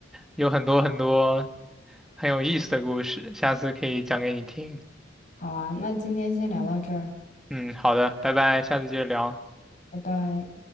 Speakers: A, in the centre; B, on the left.
A: 有很多很多很有意思的故事，下次可以讲给你听。
B: 好啊，那今天先聊到这儿，
A: 嗯，好的，拜拜，下次接着聊。
B: 拜拜。